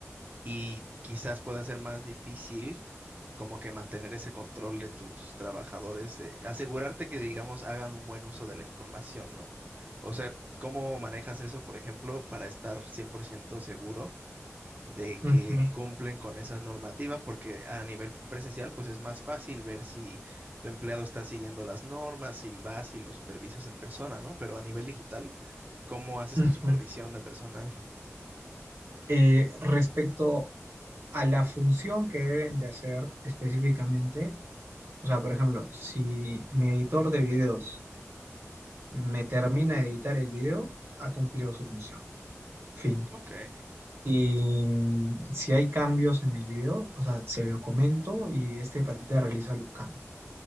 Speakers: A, on the right; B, on the right.
A: y quizás pueda ser más difícil como que mantener ese control de tus trabajadores, de asegurarte que, digamos, hagan un buen uso de la información, ¿no? O sea, ¿cómo manejas eso, por ejemplo, para estar 100% seguro de
B: ujú,
A: que cumplen con esa normativa? Porque a nivel presencial, pues es más fácil ver si tu empleado está siguiendo las normas, y vas y lo supervisas en persona, ¿no? Pero a nivel digital, ¿cómo haces
B: ujú.
A: tu supervisión de personal?
B: Eh, respecto a la función que deben de hacer específicamente, o sea, por ejemplo, si mi editor de videos me termina de editar el video, ha cumplido su función. Fin.
A: Ok.
B: Si, si hay cambios en el video, o sea, se lo comento y este patita realiza los cambios.